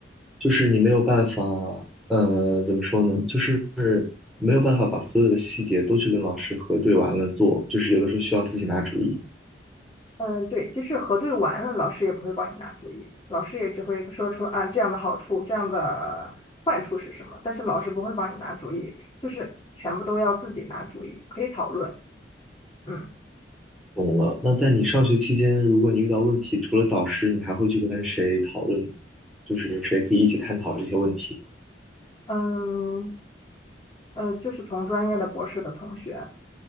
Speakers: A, in the centre; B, on the left.
A: 就是你没有办法，呃，怎么说呢？就是没有办法把所有的细节都去跟老师核对完了做，就是有的时候需要自己拿主意。
B: 嗯，对，即使核对完了，老师也不会帮你拿主意，老师也只会说出啊这样的好处，这样的坏处是什么，但是老师不会帮你拿主意，就是全部都要自己拿主意，可以讨论。嗯
A: 懂了。那在你上学期间，如果你遇到问题，除了导师，你还会去跟谁讨论呢就是谁可以一起探讨这些问题？
B: 嗯呃，就是同专业的博士的同学，